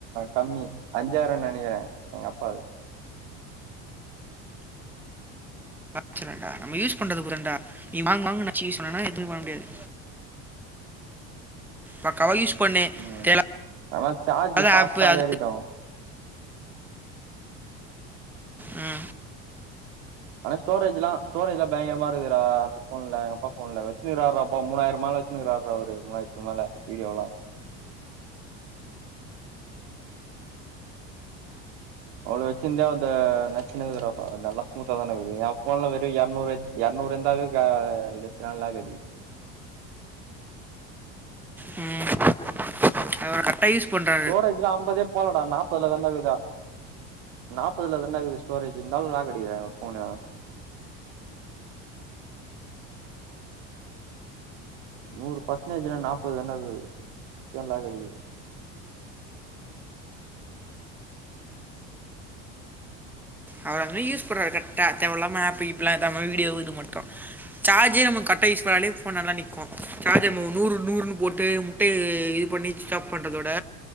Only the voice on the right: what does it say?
கம்மி அஞ்சாயிரோ நெனைக்குறே எங்க அப்பாது
ம்
ஆனா சார்ஜ்
ஃபாஸ்ட்டா
ஏறிடு
ஆனா ஸ்டோரேஜ்லா ஸ்டரேஜ்ல்லா பயங்கரமா இருக்குடா அந்த ஃபோன்ல எங்க அப்பா ஃபோன்ல வெச்ருக்கார்றாப்பா மூணாயிரம் மேல வெச்ன்னுருக்கார்ரா அவரு மூனாயிர்த்துக்கு மேல வீடியோவ்லா அவ்ளோ வெச்சிர்ந்தே அது நச்சுனுக்குறுக்குடாப்பா நல்லா ஸ்மூத்தா தான இருக்குது எ ஃபோன்ல வெறு எரநூறு எரநூறு இருந்தாவ க நெட் நல்லா கடிக்குது
ஸ்டோரேஜ்லா அம்பதே போலடா நாப்பதுல தான்டாங்கிது நாப்பதுல தான்டாக்குது ஸ்டோரேஜ் இருந்தாலு லாக்கடிக்கதுடா எ ஃபோனு நூறு பர்சன்டேஜ்ல்ல நாப்பதுதான்டா நல்லா கெடக்கிது